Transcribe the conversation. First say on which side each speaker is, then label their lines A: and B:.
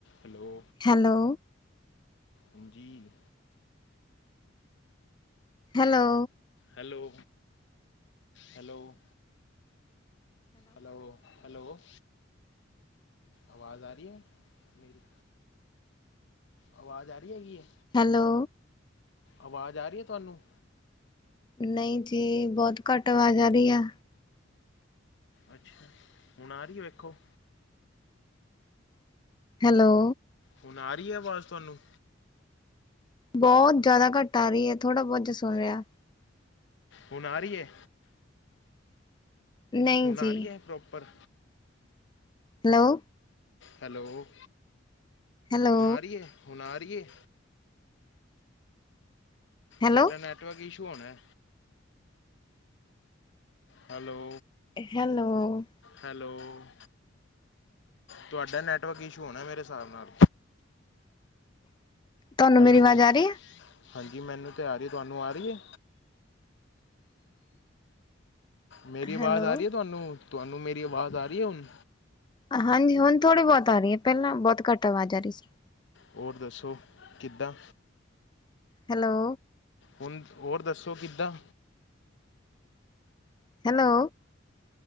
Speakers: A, on the left; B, on the left.
A: ਹੈਲੋ,
B: ਹੈਲੋ,
A: ਹਾਂਜੀ,
B: hello,
A: hello hello. Hello -hello ਆਵਾਜ਼ ਆ ਰਹੀ ਹੈ ਮੇਰੀ ਆਵਾਜ਼ ਆ ਰਹੀ ਹੈਗੀ ਹੈ?
B: ਹੈਲੋ
A: ਆਵਾਜ਼ ਆ ਰਹੀ ਹੈ ਤੁਹਾਨੂੰ?
B: ਨਹੀਂ ਜੀ, ਬਹੁਤ ਘੱਟ ਆਵਾਜ਼ ਆ ਰਹੀ ਆ
A: ਅੱਛਾ, ਹੁਣ ਆ ਰਹੀ ਹੈ ਵੇਖੋ?
B: ਹੈਲੋ
A: ਹੁਣ ਆ ਰਹੀ ਹੈ ਆਵਾਜ਼ ਤੁਹਾਨੂੰ?
B: ਬਹੁਤ ਜ਼ਿਆਦਾ, ਘੱਟ ਆ ਰਹੀ ਹੈ ਥੋੜਾ- ਬਹੁਤ ਜੇ ਸੁਣਿਆ
A: ਹੁਣ, ਆ ਰਹੀ ਏ?
B: ਨਹੀਂ
A: ਹੁਣ,
B: ਜੀ,
A: ਆ ਰਹੀ ਹੈ ਪ੍ਰੋਪਰ?
B: ਹੈਲੋ
A: ਹੈਲੋ,
B: ਹੈਲੋ,
A: ਹੁਣ ਰਹੀ ਏ, ਹੁਣ ਰਹੀ ਏ
B: ਹੈਲੋ,
A: ਤੁਹਾਡਾ, ਨੈਟਵਰਕ ਇਸ਼ੂ ਹੋਣਾ ਹੈਲੋ
B: ਹੈਲੋ,
A: ਹੈਲੋ, ਤੁਹਾਡਾ ਨੈੱਟਵਰਕ ਇਸ਼ੂ ਹੋਣਾ, ਮੇਰੇ ਹਿਸਾਬ ਨਾਲ
B: ਤੁਹਾਨੂੰ
A: ਹੈਲੋ,
B: ਮੇਰੀ ਆਵਾਜ਼ ਆ ਰਹੀ ਹੈ?
A: ਹਾਂਜੀ ਮੈਨੂੰ ਤ ਆ ਰਹੀ, ਤੁਹਾਨੂੰ ਆ ਰਹੀ? ਮੇਰੀ ਆਵਾਜ਼
B: ਹੈਲੋ,
A: ਆ ਰਹੀ ਹੈ ਤੁਹਾਨੂੰ -ਤੁਹਾਨੂੰ ਮੇਰੀ ਆਵਾਜ਼ ਆ ਰਹੀ ਹੈ ਹੁਣ
B: ਹਾਂਜੀ, ਹੁਣ ਥੋੜ੍ਹੀ- ਬਹੁਤੀ ਆ ਰਹੀ ਏ, ਪਹਿਲਾਂ ਬਹੁਤ ਘੱਟ ਆਵਾਜ਼ ਆ ਰਹੀ ਸੀ।
A: ਹੋਰ ਦੱਸੋ, ਕਿੱਦਾਂ?
B: ਹੈਲੋ
A: ਹੁਣ, ਹੋਰ ਦੱਸੋ ਕਿੱਦਾਂ?
B: ਹੈਲੋ,